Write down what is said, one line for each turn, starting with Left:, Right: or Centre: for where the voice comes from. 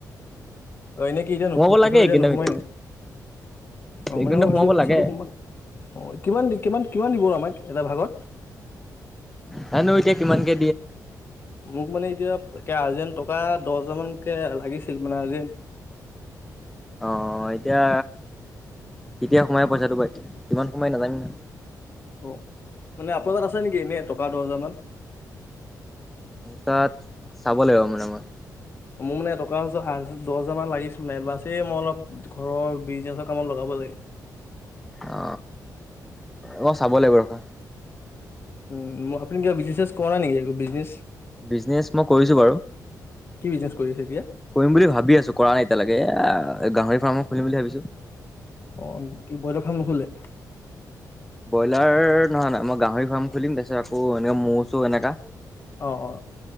Left: অ ইনে কি এতিয়া নোসো
Centre: সোমাব
Left: পইচাটো
Centre: লাগে
Left: এতিয়া
Centre: এইকেইদিনৰ
Left: নোসোমাই
Centre: ভিতৰতে
Left: নি? অ
Centre: এইকেইদিনতে
Left: মানে মই ভাবিছিলো
Centre: সোমাব
Left: পইচাটো
Centre: লাগে
Left: সোমাই অ কিমান কিমান কিমান দিব আমাক এটা ভাগত?
Centre: হনো এতিয়া কিমান কি <inaudible>
Left: মোক মানে এতিয়া একে আৰ্জেণ্ট টকা দহ হাজাৰ মানকে লাগিছিল মানে আৰ্জেণ্ট।
Centre: অ এতিয়া কেতিয়া সোমাই পইচাটো বা কিমান সোমাই নাজানো নহয়।
Left: অ মানে আপোনাৰ তাত আছে নেকি এনেই টকা দহ হাজাৰ মান?
Centre: তাত চাব লাগিব মানে মই।
Left: মোৰ মানে টকা দহ হাজাৰ মান লাগিছিলে মানে এ মই অলপ ঘৰৰ বিজনেছৰ কামত লগাম বলে
Centre: অ মই চাব লাগিব ৰবা।
Left: উম, আপুনি কিবা বিজনেছ কৰা নাই নিকি বিজনেচ?
Centre: বিজনেচ মই কৰিছো বাৰু।
Left: কি বিজনেছ কৰি আছে এতিয়া
Centre: কৰিম বুলি ভাবি আছো কৰা নাই এতিয়ালৈকে এ গাহৰি ফাৰ্মৰ খুলিম বুলি ভাবিছোঁ।
Left: অ কি বলাৰ ফ্ৰাম নুখুলে
Centre: ব্ৰইলাৰ নহয় নহয় মই গাহৰি ফাৰ্ম খুলিম তাৰপিছত আকৌ এনেক মৌ চৌ এনেকা
Left: অ', অ'।